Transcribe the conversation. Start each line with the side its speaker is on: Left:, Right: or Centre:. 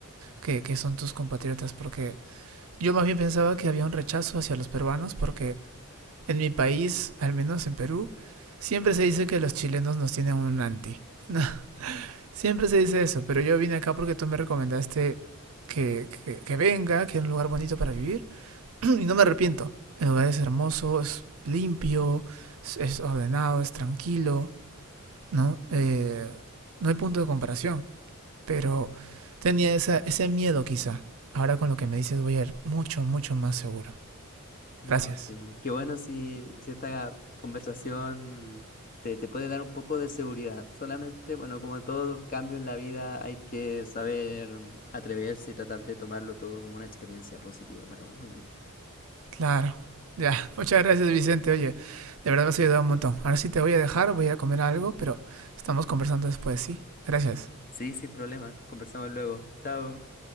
Right: que, que son tus compatriotas, porque yo más bien pensaba que había un rechazo hacia los peruanos, porque en mi país, al menos en Perú, siempre se dice que los chilenos nos tienen un anti. <laughs> No, Siempre se dice eso, pero yo vine acá porque tú me recomendaste que, que- que venga, que era un lugar bonito para vivir. <clears throat> Y no me arrepiento. El lugar es hermoso, es limpio, es, es ordenado, es tranquilo, ¿no? Eh, no hay punto de comparación, pero tenía esa, ese miedo quizá. Ahora con lo que me dices voy a ir mucho, mucho más seguro.
Left: No,
Right: Gracias.
Left: sí. Qué bueno si, si esta conversación te, te puede dar un poco de seguridad. Solamente, bueno, como todo cambio en la vida, hay que saber mm, atreverse y tratar de tomarlo todo como una experiencia positiva para uno mismo.
Right: Claro. Ya, <laughs> muchas gracias Vicente. Oye, de verdad me has ayudado un montón. Ahora sí te voy a dejar, voy a comer algo, pero estamos conversando después, ¿sí? Gracias.
Left: Sí, sin problema. Conversamos luego. Chao.